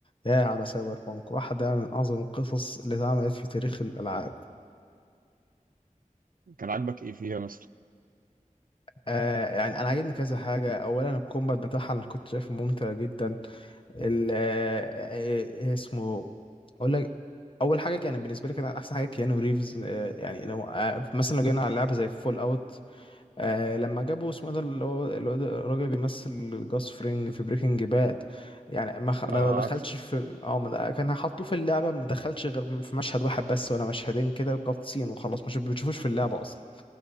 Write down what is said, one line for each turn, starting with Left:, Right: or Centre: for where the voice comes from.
Left: يا على سايبر بانك واحدة من أعظم القصص اللي اتعملت في تاريخ الألعاب
Right: كان عاجبك ايه فيها مثلا
Left: آه يعني أنا عاجبني كذا حاجة أولا الكومبات بتاعها أنا كنت شايفه ممتع جدا ال آه، آه، آه، اسمه أقول لك أول حاجة يعني بالنسبة لي كان أحسن حاجة كيانو ريفز آه يعني لو آه مثلا لو جينا على لعبة زي فول أوت آه لما جابوا اسمه ده اللي هو الواد الراجل اللي بيمثل جاس فرينج في بريكنج باد يعني ما خ... ما
Right: اه
Left: دخلش
Right: عارف
Left: في اه ما د- كان هيحطوه في اللعبه ما دخلش غير في مشهد واحد بس ولا مشهدين كده كات سين وخلاص مش بتشوفوش في اللعبه اصلا